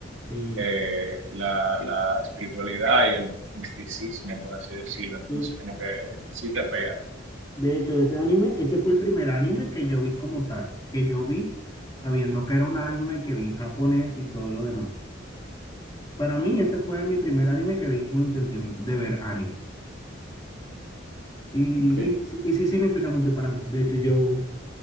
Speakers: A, on the left; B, on the right.
A: Sí,
B: eh, la, la espiritualidad y el misticismo, por así decirlo. Entonces,
A: sí.
B: como que sí te pega.
A: De hecho, ese anime, ese fue el primer anime que yo vi como tal, que yo vi sabiendo que era un anime que vi en japonés y todo lo demás. Para mí, ese fue mi primer anime que vi con intención de ver anime. Y,
B: Ok.
A: y, sí y sí significa mucho para mí. De hecho, yo,